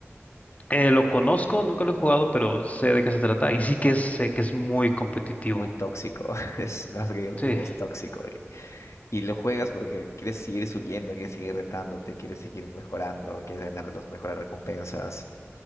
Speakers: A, on the left (about 30°); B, on the left (about 75°).
A: Eh, lo conozco, nunca lo he jugado, pero sé de qué se trata y sí que es- sé que es muy competitivo.
B: muy tóxico, <laughs> es más que
A: Sí,
B: ya es tóxico y, y lo juegas porque quieres seguir subiendo, quieres seguir retándote, quieres seguir mejorando, quieres ganar las mejores recompensas.